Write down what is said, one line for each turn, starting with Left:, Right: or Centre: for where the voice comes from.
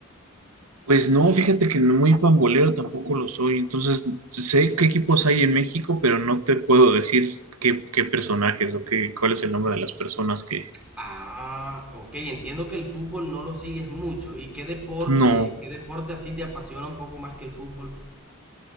Right: Pues no, fíjate que no muy pambolero tampoco lo soy, entonces sé qué equipos hay en México, pero no te puedo decir qué, qué personajes o qué, cuál es el nombre de las personas que...
Centre: Ah, ok, entiendo que el fútbol no lo sigues mucho. ¿Y qué deporte,
Right: No.
Centre: qué deporte así te apasiona un poco más que el fútbol?